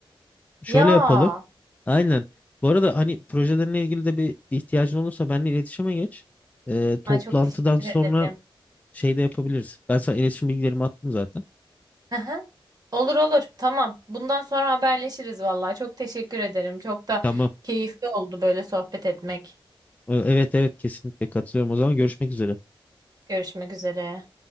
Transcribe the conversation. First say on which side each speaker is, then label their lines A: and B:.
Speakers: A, on the left; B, on the right.
A: Şöyle
B: Ya.
A: yapalım. Aynen. Bu arada hani projelerinle ilgili de bir ihtiyacın olursa benimle iletişime geç. Ee, toplantıdan
B: Ay çok teşekkür
A: sonra
B: ederim.
A: şey de yapabiliriz. Ben sana iletişim bilgilerimi attım zaten.
B: Hı hı. Olur olur. Tamam. Bundan sonra haberleşiriz vallahi. Çok teşekkür ederim. Çok da
A: Tamam.
B: keyifli oldu böyle sohbet etmek.
A: Ee, evet evet kesinlikle katılıyorum. O zaman görüşmek üzere.
B: Görüşmek üzere.